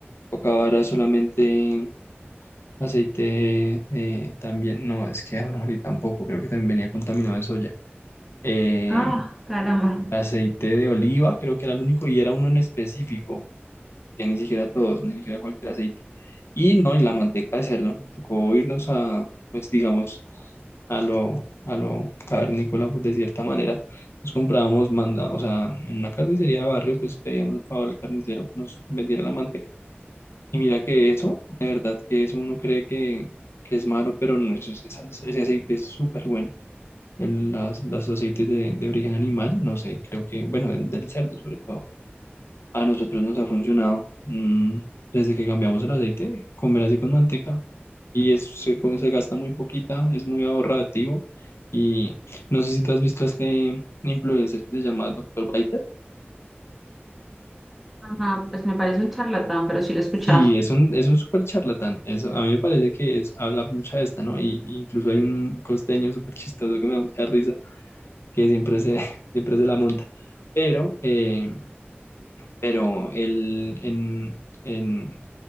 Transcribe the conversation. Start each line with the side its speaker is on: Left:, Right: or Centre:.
Left: tocaba ahora solamente aceite eh, también. No, es que ahorita tampoco, creo que también venía contaminado de soya. Eh,
Centre: Ah, caramba.
Left: aceite de oliva, creo que era el único y era uno en específico. que ni siquiera todos, ni siquiera cualquier aceite. Y no, en la manteca de cerdo, nos tocó irnos a, pues digamos, a lo, a lo cavernícola, pues de cierta manera. Nos comprábamos manda, o sea, en una carnicería de barrio, pues pedíamos el favor al carnicero que nos vendiera la manteca. Y mira que eso, de verdad que eso uno cree que, que es malo, pero no, eso es- esa- ese aceite es súper bueno. El- las, los aceites de, de origen animal, no sé, creo que, bueno, del cerdo sobre todo. A nosotros nos ha funcionado mm, desde que cambiamos el aceite, comer así con manteca. Y es, se, come- se gasta muy poquita, es muy ahorrativo. Y no sé si tú has visto a este influencer que se llama doctor Biter.
Centre: Ajá, pues me parece un charlatán, pero sí lo he escuchado.
Left: Sí, es un, es un súper charlatán. Eso, a mí me parece que es, habla mucha de esta, ¿no? Y, y incluso hay un costeño súper chistoso que me da mucha risa, que siempre se, <laughs> siempre se la monta. Pero, eh, pero él en, en,